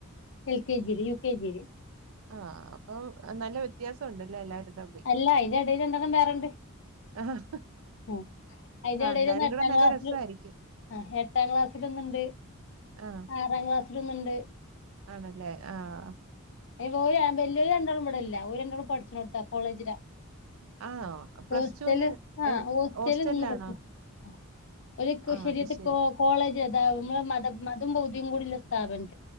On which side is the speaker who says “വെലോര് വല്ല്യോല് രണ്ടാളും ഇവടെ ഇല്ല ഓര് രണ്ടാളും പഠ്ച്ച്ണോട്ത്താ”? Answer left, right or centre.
Left